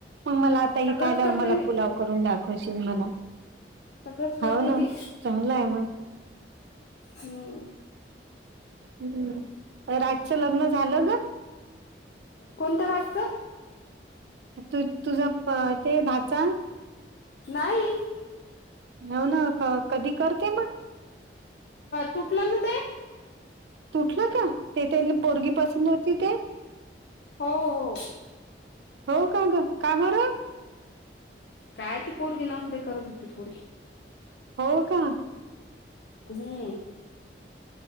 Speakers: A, on the right; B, on the left.
A: मग, मला आता
B: सगळंच
A: इथे आल्यावर
B: करते
A: मला पुलाव करून दाखवशीन मला.
B: सगळंच करते
A: हाव ना
B: ती
A: चांगलं आहे मग.
B: हम्म.
A: हम्म. राजचं, लग्न झालं ग.
B: कोणत्या राजचं.
A: तू तुझा प ते भाचा
B: नाही.
A: हो, ना क कधी करते मग.
B: तुटला ना, ते
A: तुटलं का ते त्यांना पोरगी पसंत होती ते?
B: हों हों.
A: हो का गं, का बरं.
B: काय ते पोरगी नखरे करत होती थोडीशी.
A: हो का.
B: हम्म.